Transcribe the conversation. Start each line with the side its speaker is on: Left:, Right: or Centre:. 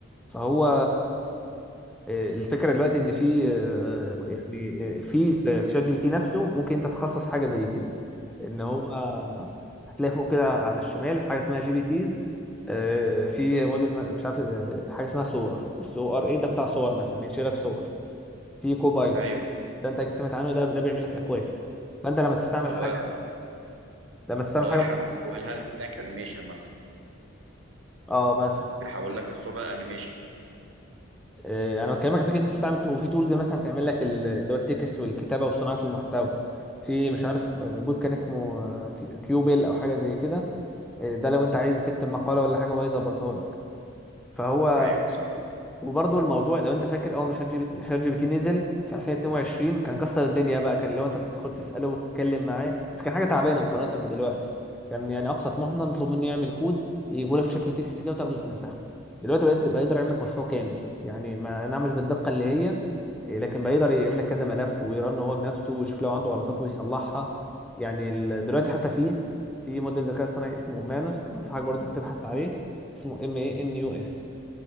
Centre: فهو آه، الفكره دلوقتي ان في آه، يعني آه، في في في شات جي بي تي نفسه ممكن انت تخصص حاجه زي كده ان هو آه، هتلاقي فوق كده على الشمال حاجه اسمها جي بي تيز آه، في موديل ما- مش عارف آه، حاجه اسمها صوره الس او ار اي ده بتاع صور مثلا بينشئ لك صور في كوبايلوت
Right: ايوه
Centre: ده انت أكيد سمعت عنه ده ده بيعمل لك اكواد فانت لما تستعمل
Right: اللي هو
Centre: حاجه لما تستعمل
Right: اللي هو
Centre: حاجه
Right: يحمل هو الهلك انيميشن مثلا
Centre: اه مثلا
Right: بيحول لك الصورة لأنيميشن
Centre: آه، انا بكلمك عن فكره إن انت تستعمل tool- وفي تولز مثلا تعمل لك ال- اللي هو التكست والكتابه وصناعه المحتوى في مش عارف آه، بوت كان اسمه آه، كي- كيوبل او حاجه زي كده آه، ده لو انت عايز تكتب مقاله ولا حاجه وهو يظبطها لك فهو
Right: أيوه صح
Centre: وبرضه الموضوع لو انت فاكر اول ما شات جي بي شات جي بي تي نزل في 2022 كان كسر الدنيا بقى كان لو انت تدخل تساله وتتكلم معاه بس كان حاجه تعبانه مقارنه بدلوقتي كان يعني اقصى طموحنا نطلب منه يعمل كود يجيبه لك في شكل تكست كده وتاخده وتنسخه دلوقتي بقيت بيقدر يعمل لك مشروع كامل يعني ما نعم مش بالدقه اللي هي إيه، لكن بيقدر يعمل لك كذا ملف ويرن هو بنفسه ويشوف لو عنده غلطات ويصلحها يعني ال- دلوقتي حتى في في موديل ذكاء اصطناعي اسمه مانوس انصحك برضه تبحث عليه اسمه ام اي ان يو اس